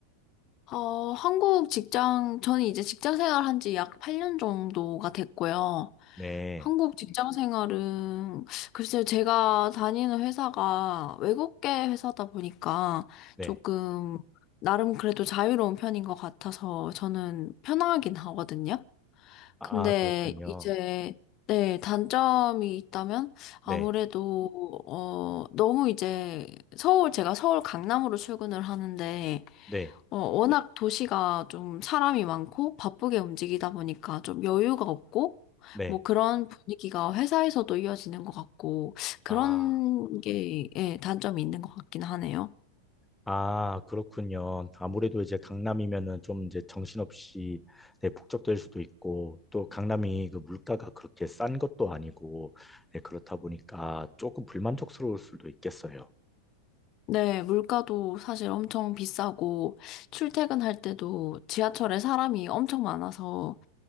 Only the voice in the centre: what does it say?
네,
네.
아,
그렇군요.
네,
네,
네.
아.
아, 그렇군요. 아무래도 이제 강남이면은 좀 이제 정신없이 네, 북적될 수도 있고 또 강남이 그 물가가 그렇게 싼 것도 아니고 네, 그렇다 보니까 조금 불만족스러울 수도 있겠어요.